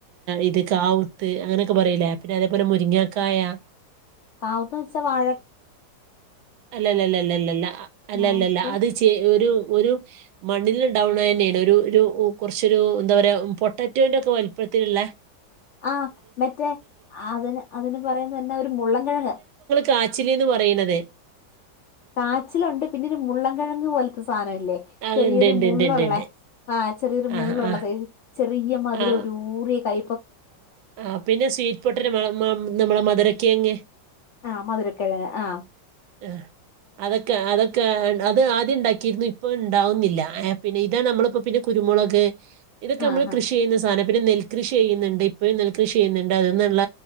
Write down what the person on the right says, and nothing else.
ഇത് കാവുത്ത് അങ്ങനെയൊക്കെ പറയിലേ പിന്നെ അതേപോലെ മുരിങ്ങാക്കായ
അല്ലല്ലല്ലല്ല അല്ലല്ലല്ല
അത് ചെ ഒരു ഒരു മണ്ണില് ണ്ടാവണ തന്നെയാണ് ഒരു ഒരു കൊറച്ചൊരു എന്താ പറയാ പൊട്ടാറ്റോന്റെ ഒക്കെ വലിപ്പത്തിലിള്ള
കാച്ചിലിന്ന് പറയണതേ
ആ
ഉണ്ട് ഉണ്ട്
ഉണ്ട്
ഉണ്ട് ഉണ്ട്
ആ
ആ
ആ
ആ പിന്നെ സ്വീറ്റ് പൊട്ടന്റെ മണം നമ്മളെ മധുരക്കക്കിഴങ്ങ്
ആ അതൊക്കെ അതൊക്കെ ആ അത് ആദ്യം ഉണ്ടാക്കിയിരുന്നു ഇപ്പൊ ഇണ്ടാവുന്നില്ല പിന്നെ ഇതാ നമ്മളിപ്പോ പിന്നെ കുരുമുളക് ഇതൊക്കെ നമ്മള്
കൃഷി ചെയ്യുന്ന സധന പിന്നെ നെൽകൃഷി ചെയ്യുന്നുണ്ട് ഇപ്പഴും നല്ല കൃഷി ചെയ്യുന്നുണ്ട്. അതീന്നുള്ള